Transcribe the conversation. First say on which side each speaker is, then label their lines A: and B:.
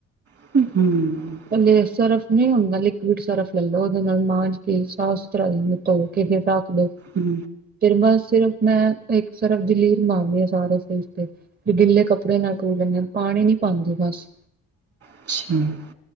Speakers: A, on the right (about 50°); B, on the right (about 30°).
A: <unintelligible>
B: ਲੈ ਸਰਫ ਨਹੀਂ ਹੁੰਦਾ ਲਿਕੁੱਡ ਸਰਫ ਲਲੋ ਉਹਦੇ ਨਾਲ ਮਾਂਜ ਕੇ ਸਾਫ਼ ਸੁਥਰਾ ਹੋ ਜਾਂਦਾ। ਧੋ ਕੇ ਫੇਰ ਰੱਖ ਲੋ।
A: ਹੂੰ
B: ਫਿਰ ਬਸ ਸਿਰਫ ਮੈਂ ਇੱਕ ਸਰਫ ਦੀ ਲੀਰ ਮਾਰਨੀ ਏ ਸਾਰੇ ਫ੍ਰਿਜ ਤੇ। ਗਿੱਲੇ ਕੱਪੜੇ ਨਾਲ ਧੋ ਲੈਂਦੇ ਆ ਪਾਣੀ ਨੀ ਪਾਦੀ ਬਸ।
A: <inaudible>